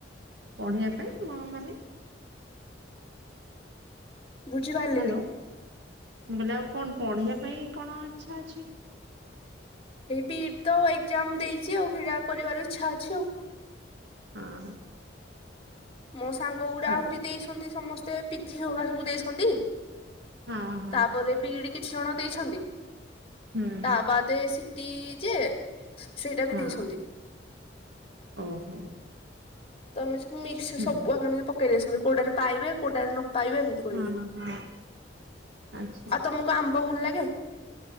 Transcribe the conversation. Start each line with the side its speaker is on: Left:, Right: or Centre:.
Right: ପଢ଼ିବା ପାଇଁ କଣ ମାନେ
Left: ବୁଝିପାରିଲିନି
Right: ହାଲୋ, ମୁଁ କହିଲି ଆଉ କଣ ପଢ଼ିବା ପାଇଁ କଣ ଇଛା ଅଛି?
Left: ହେଇ ବିଇଡି ତ ଏକ୍ଜାମ ଦେଇଛି ଆଉ, ହେଇଟା କରିବାର ଇଛା ଅଛି ଆଉ।
Right: ହଁ ହ।
Left: ମୋ ସାଙ୍ଗ ଗୁଡା ଆହୁରି
Right: ଯେ
Left: ଦେଇଛନ୍ତି ସମସ୍ତେ ପିଜି ହଗା ସବୁ ଦେଇଛନ୍ତି।
Right: ହଁ ହଁ
Left: ତାପରେ ବିଡି କିଛି ଜଣ ଦେଇଛନ୍ତି,
Right: ହୁଁ
Left: ତା ବା ସିଟି ଯେ ସେଇଟା ବି
Right: ହଁ
Left: ଦେଇଛନ୍ତି।
Right: ଓହୋ
Left: ତ ଆମେ ସବୁ ମିକ୍ସ
Right: ହୁଁ
Left: ସବୁ ପକେଇ ଦେଇଛନ୍ତି, କୋଉଟାରେ ପାଇବେ, କୋଉଟାରେ ନ ପାଇବେ, ଏମିତି କରିକି
Right: ହଁ ହଁ ଆଚ୍ଛା
Left: ଆଉ ତମ ଆମ୍ବ ଭଲ ଲାଗେ?